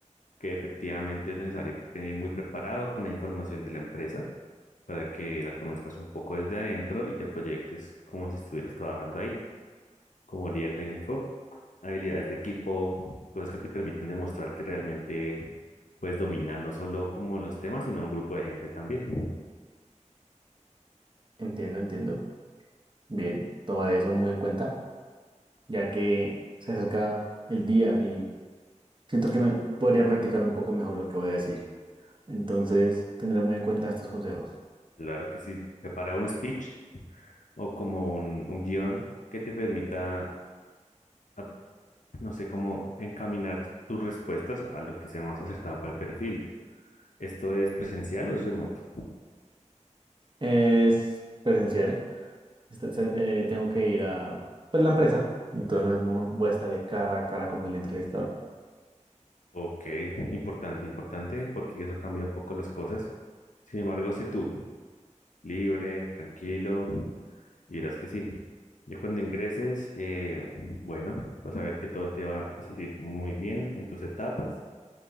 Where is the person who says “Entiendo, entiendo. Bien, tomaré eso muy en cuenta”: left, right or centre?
Right